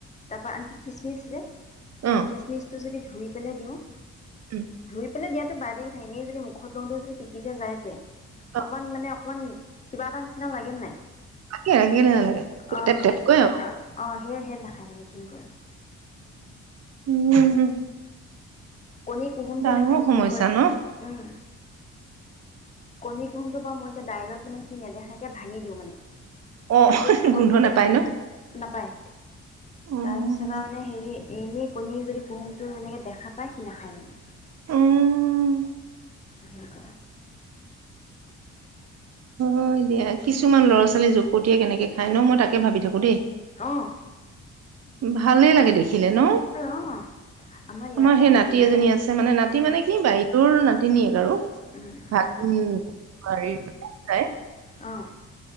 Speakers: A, on the left; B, on the right.
A: তাৰপৰা আনকি খিচমিচ যে
B: অ
A: খচমিচটো যদি ধুই পেলাই দিওঁ
B: উম
A: ধুই পেলাই দাত বাইদে ক এনে যদি মুখত লওঁতেও যদি টিকিছে যাই যে
B: অ
A: অকণ মানে অকণ কিবা এটা নিচিনা লাগে নাই
B: লাগে কেলে নালাগে
A: অ
B: টেপ
A: হে
B: টেপকৈ আৰু
A: অ অ হে হেলা খ মানে ঘিন কৰে
B: উম উম
A: কণী কুহুমটো
B: ডাঙৰ
A: নাখায় ঘণ
B: সমস্যা
A: কৰে
B: ন
A: উম কণী কুহুমটো বু মই এতিয়া দাইলত মানে সি নেদেখাকে ভাঙি দিওঁ মানে
B: অ
A: তেতিয়া খাব
B: গোন্ধ
A: কিন্তু
B: নাপায় ন
A: নাপায়
B: অ',
A: তাৰপিছত আৰু মানে হেৰি এনেই কণী যদি কুহুমটো এনেকে দেখা পায় সি নাখায় মানে
B: অ',
A: ঘক
B: হয় দিয়া কিছুমান ল'ৰা ছোৱালী জোপতিয়াই কেনেকে খাই ন মই তাকে ভাবি থাকো দেই
A: আহ
B: ভালে লাগে দেখি দেখিলে ন
A: অ আমাৰ ইয়াতে
B: তোমাৰ সেই
A: আমাৰ
B: নাতি
A: ভতিজা
B: এজনী আছে মানে নাতি
A: উম
B: মানে কি বাই তৰ নাতি তিনিয়ক আৰু
A: উম
B: ভ উমাৰ াই
A: অঁ